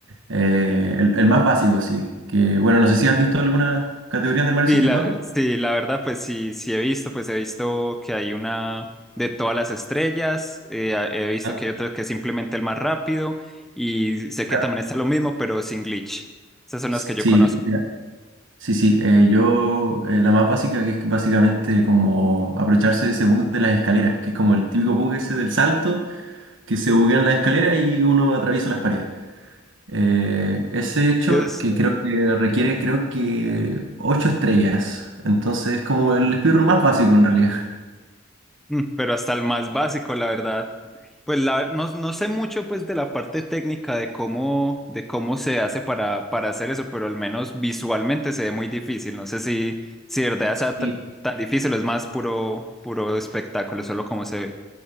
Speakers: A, on the right; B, in the centre.
A: Eh, el, el más básico, sí. Que bueno, no sé si has visto algunas categorías del Mario
B: Sí,
A: 64.
B: la, sí, la verdad, pues sí, sí he visto, pues he visto que hay una de todas las estrellas, eh, a- he visto
A: Ah,
B: que hay otra que es simplemente el más rápido y sé que
A: claro.
B: también está lo mismo, pero sin glitch. Esas son
A: Sí,
B: las que yo conozco.
A: mira, sí, sí. eh, yo, eh, la más básica, que es básicamente como aprovecharse de ese bug de las escaleras, que es como el típico bug ese del salto, que se buguean las escaleras y uno atraviesa las paredes. Eh, ese hecho
B: Yo,
A: que creo que requiere, creo que, ocho estrellas. Entonces es como el speedrun más básico en realidad.
B: Mm, Pero hasta el más básico, la verdad. Pues la, no, no sé mucho pues de la parte técnica de cómo, de cómo se hace para, para hacer eso, pero al menos visualmente se ve muy difícil. No sé si, si de verdad sea
A: Sí.
B: ta- tan difícil, es más puro, puro espectáculo, solo cómo se ve.